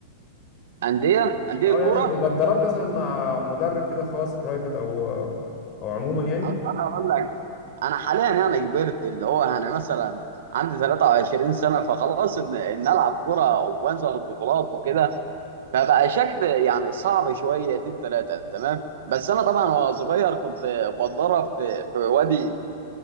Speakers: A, on the right; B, on the left.
A: انديه انديه
B: اه يعني
A: كوره
B: اتدربت مثلا مع مدرب كده خاص برايفت او او عموما يعني
A: اصلا هقول لك انا حاليا يعني كبرت اللي هو يعني مثلا عندي 23 سنه فخلاص ان ان العب كوره وانزل البطولات وكده فبقى شكل يعني صعب شويتين ثلاثة تمام بس أنا طبعا وأنا صغير كنت بتدرب في في وادي